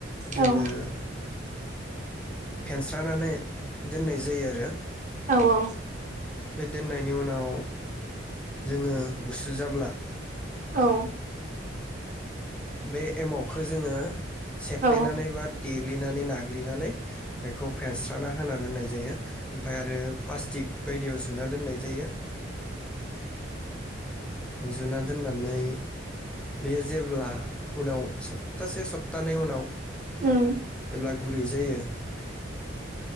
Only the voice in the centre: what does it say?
जोङो
फेनस्रानानै दोननाय जायो आरो
बे दोननायनि उनाव जोङो गुसु जाब्ला
बे एमावखौ जोङो सेफ्लेनानै
बा देग्लिनानै नाग्लिनानै बेखौ फेनस्राना होना दोन्नाय जायो ओमफ्राय आरो प्लास्टिक बायदियाव जुना दोननाय जायो जुुना दोननानै बेयो जेब्ला उनाव सप्तासे सप्तानै उनाव
अब्ला गुरै जायो